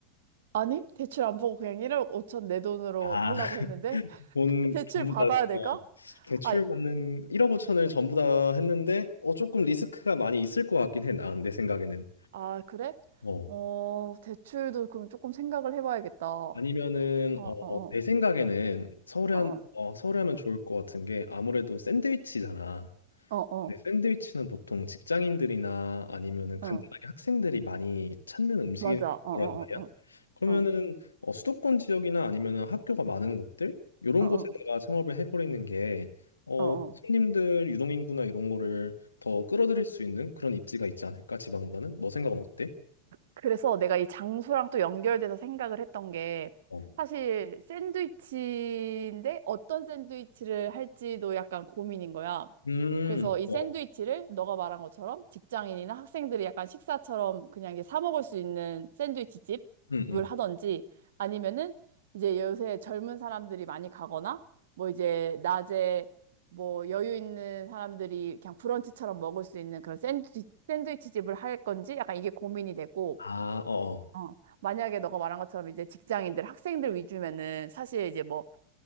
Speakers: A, on the right; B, on the left.
A: 아니, 대출 안 보고 그냥 1억 5천 내 돈으로
B: 아,
A: 하려고
B: <laughs>
A: 했는데, <laughs>
B: 돈
A: 대출
B: 전부
A: 받아야
B: 다
A: 될까?
B: 어, 대출
A: 아,
B: 받는 1억 5천을 전부 다 했는데 어 조금 리스크가 많이 있을 것 같긴 해. 난 내 생각에는.
A: 아, 그래?
B: 어.
A: 어, 대출도 그럼 조금 생각을 해봐야겠다. 어,
B: 아니면은
A: 어,
B: 어
A: 어,
B: 내 생각에는 서울에
A: 어,
B: 한, 어, 서울에 하면 좋을 것 같은 게 아무래도 샌드위치잖아.
A: 어, 어,
B: 네, 샌드위치는 보통 직장인들이나 아니면은 간단하게
A: 어, 어,
B: 학생들이 많이 찾는 음식이란
A: 맞아. 어, 어,
B: 말이야.
A: 어,
B: 그러면은
A: 어, 어,
B: 어, 수도권 지역이나 아니면은 학교가 많은 곳들 이런
A: 어, 어,
B: 곳에다가 창업을 해버리는 게 어,
A: 어. 어.
B: 손님들 유동 인구나 이런 거를 더 끌어들일 수 있는 그런 입지가 있지 않을까 지방보다는? 너 생각은 어때?
A: 그래서 내가 이 장소랑 또 연결돼서 생각을 했던 게
B: 어.
A: 사실 샌드위치인데 어떤 샌드위치를 할지도 약간 고민인 거야.
B: 음,
A: 그래서 이
B: 어,
A: 샌드위치를
B: 어.
A: 너가 말한 것처럼 직장인이나 학생들이 약간 식사처럼 그냥 이게 사 먹을 수 있는 샌드위치 집을
B: 음, 음.
A: 하던지 아니면은 이제 요새 젊은 사람들이 많이 가거나 뭐 이제 낮에 뭐 여유 있는 사람들이 그냥 브런치처럼 먹을 수 있는 그런 샌드위치, 샌드위치 집을 할 건지 약간 이게 고민이 되고,
B: 아, 어, 어.
A: 어, 만약에 너가 말한 것처럼 이제 직장인들, 학생들 위주면은 사실 이제 뭐